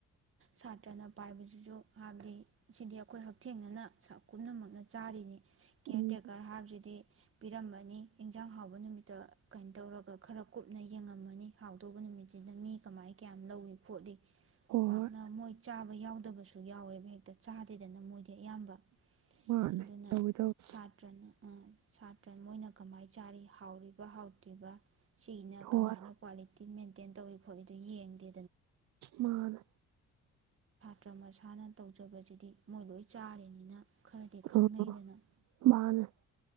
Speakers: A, on the right; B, on the right.
A: ꯁꯥꯠ ꯠꯇꯅ ꯄꯥꯏꯕꯁꯤꯁꯨ ꯍꯥꯏꯕꯗꯤ ꯁꯤꯗꯤ ꯑꯩꯈꯣꯏ ꯍꯛꯊꯦꯡꯅꯅ ꯄꯨꯝꯅꯃꯛꯅ ꯆꯥꯔꯤꯅꯤ ꯀꯦꯌꯔ
B: ꯎꯝ
A: ꯇꯦꯀꯔ ꯍꯥꯏꯕꯁꯤ ꯄꯤꯔꯝꯃꯅꯤ ꯏꯟꯖꯥꯡ ꯍꯥꯎꯕ ꯅꯨꯃꯤꯠꯇ ꯀꯩꯅꯣ ꯇꯧꯔꯒ ꯈꯔ ꯀꯨꯞꯅ ꯌꯦꯡꯉꯝꯃꯅꯤ ꯍꯥꯎ ꯑꯗꯨꯒꯤ ꯅꯨꯃꯤꯠꯁꯤꯗ ꯃꯤ ꯀꯃꯥꯏ ꯀꯌꯥꯝ ꯂꯧꯏꯤ ꯈꯣꯠꯂꯤ
B: ꯍꯣꯏ
A: ꯄꯥꯛꯅ
B: ꯍꯣꯏ
A: ꯃꯣꯏ ꯆꯥ ꯌꯥꯎꯗꯕꯁꯨ ꯌꯥꯎꯋꯦꯕ ꯍꯦꯛꯇ ꯆꯥꯗꯦꯗꯅ ꯃꯣꯏꯗꯤ ꯑꯌꯥꯝꯕ
B: ꯃꯥꯅꯦ
A: ꯑꯗꯨꯅ
B: ꯇꯧꯏ ꯇꯧꯏ
A: ꯁꯥꯇ꯭ꯔꯅ ꯁꯥꯇ꯭ꯔ ꯃꯣꯏꯅ ꯀꯃꯥꯏꯅ ꯆꯥꯔꯤ ꯍꯥꯎꯔꯤꯕ ꯕ ꯍꯥꯎꯇꯤꯕ ꯁꯤꯅ
B: ꯍꯣꯏ
A: ꯀꯃꯥꯏꯅ ꯀ꯭ꯋꯥꯂꯤꯇꯤ ꯇꯤ ꯃꯦꯟꯇꯦꯟ ꯇꯧꯏ ꯈꯣꯠꯂꯤ ꯑꯗꯨ ꯌꯦꯡꯗꯦ
B: ꯃꯥꯅꯦ
A: ꯇ꯭ꯔ ꯃꯁꯥꯅ ꯇꯧꯖꯕꯖꯤꯗꯤ ꯃꯣꯏ ꯂꯣꯏ ꯆꯥꯔꯤꯅꯤꯅ ꯈꯔꯗꯤ
B: ꯑꯣ <unintelligible>
A: ꯈꯪꯅꯩꯗꯅ
B: ꯃꯥꯅꯦ